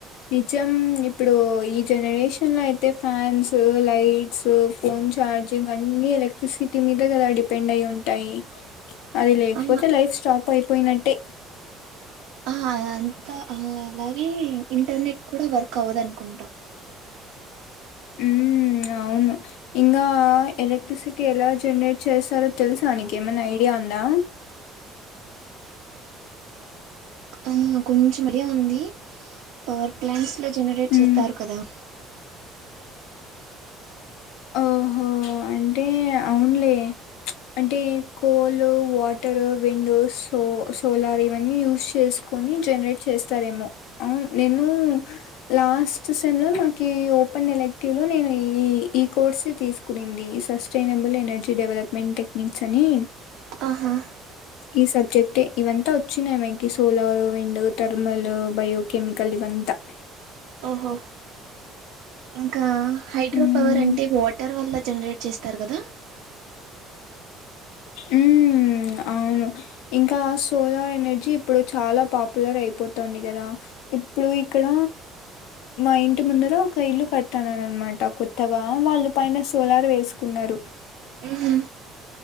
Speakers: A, on the left; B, on the right.
A: నిజం ఇప్పుడు ఈ జనరేషన్ లో అయితే ఫ్యాన్స్ లైట్స్ ఫోన్ చార్జింగ్ అన్ని ఎలక్ట్రిసిటీ మీద కదా డిపెండ్ అయి ఉంటాయి అది లేకపోతే
B: ఆ
A: లైఫ్ స్టాప్ అయిపోయినట్టే
B: ఆ అదంతా అలాగే ఇంటర్నెట్ కూడా వర్క్ అవ్వదు అనుకుంట
A: ఊ అవును ఇంకా ఎలక్ట్రిసిటీ ఎలా జనరేట్ చేస్తారో తెలుసా అ నీకేమన్నా ఐడియా ఉందా
B: ఆ కొంచెం ఐడియా ఉంది పవర్ ప్లాంట్స్ ట్ లో జనరేట్
A: ఉమ్
B: చేస్తారు కదా
A: ఓహో అంటే అవునులే అంటే coal water windows so solar ఇవన్నీ యూస్ చేసు కొని జనరేట్ చేస్తారేమో అ నేను లాస్ట్ సెమ్ లో మాకి ఒ ఓపెన్ ఎలక్టివ్ లో నేను ఈ ఈ కోర్స్ తీసుకునింది సస్టైనబుల్ ఎనర్జీ డెవలప్మెంట్ టెక్నిక్స్ అని
B: ఆహా
A: ఈ సబ్జెక్ట్ ఇవంతా వచ్చినాయి వెంకి సోలార్ విండ్ థర్మల్ బయోకెమికల్ ఇవంతా ద్ద
B: ఓహో ఇంకా హైడ్రో
A: మ్మ్
B: పవర్ అంటే వాటర్ వల్ల జనరేట్ చేస్తారు కదా
A: ఊ ఊ అవును ఇంకా సోలార్ ఎనర్జీ ఇప్పుడు చాలా పాపులర్ అయిపోతుంది గదా ఇప్పుడు ఇక్కడ మా ఇంటి ముందుర ఒక ఇల్లు కట్టార అన్నమాట కొత్తగా వాళ్ళు పైన సోలార్ వేసుకున్నారు
B: ఉహు